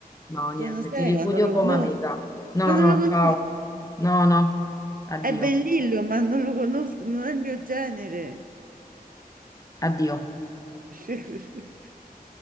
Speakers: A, on the left (about 20°); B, on the right (about 65°).
A: No, niente,
B: Sono seria,
A: ti ripudio
B: non lo
A: come
B: conosco.
A: amica. No,
B: Ma non
A: no,
B: lo conosco.
A: ciao. No, no, addio,
B: È bellillo, ma non lo conosco. Non è il mio genere.
A: addio.
B: <laughs>